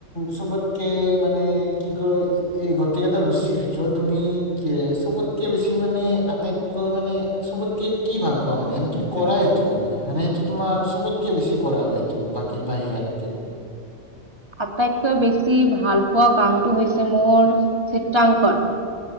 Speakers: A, on the left; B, on the right.
A: চবতকে মানে কি কয় এই গোটেইকেইটা ৰুচিৰ ভিতৰত তুমি কি চবতকে বেছি মানে আটাইতকৈ মানে চবতকে কি ভাল পোৱা মানে তুমি কৰা এইটো মানে সেইটো তোমাৰ চবতকে বেছি কৰা হয় এইটো বাকী বাহিৰাতকে
B: আটাইতকৈ বেছি ভাল পোৱা কামটো হৈছে মোৰ চিত্ৰাংকন